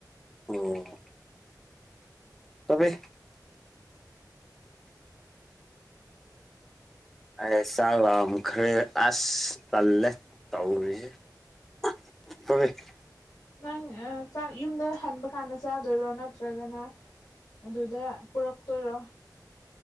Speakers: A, in the centre; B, on the left.
A: ꯑꯣ ꯇꯕꯤ ꯑꯩ ꯆꯥꯛ ꯂꯝꯈ꯭ꯔꯦ ꯑꯁ ꯇꯜꯂꯦ ꯇꯧꯔꯤꯁꯦ <unintelligible>
B: ꯅꯪ ꯑ ꯆꯥꯛ ꯌꯨꯝꯗ ꯍꯟꯕ ꯀꯥꯟꯗ ꯆꯥꯗꯣꯏꯔꯣ ꯅꯠꯇ꯭ꯔꯒꯅ ꯑꯗꯨꯗ ꯄꯨꯔꯛꯇꯣꯏꯔꯣ